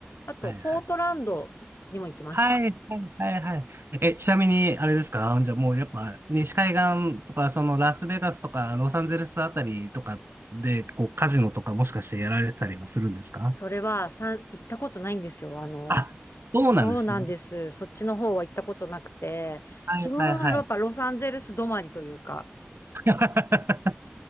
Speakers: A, on the left (about 75°); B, on the right (about 65°).
A: あと、
B: はいはい
A: ポートランドにも行きました。
B: はい、はい、はい、はい。え、ちなみに、あれですかじゃあもうやっぱね、西海岸とか、そのラスベガスとか、ロサンゼルスあたりとかで、こう、カジノとかもしかしてやられてたりはするんですか
A: それは、さん、行ったことないんですよ。あの、
B: あ、そうなんですね。
A: そうなんです。そっちの方は行ったことなくて、
B: はい、
A: 基本、
B: はい、はい。
A: やっぱロサンゼルス止まりというか。
B: <laughs>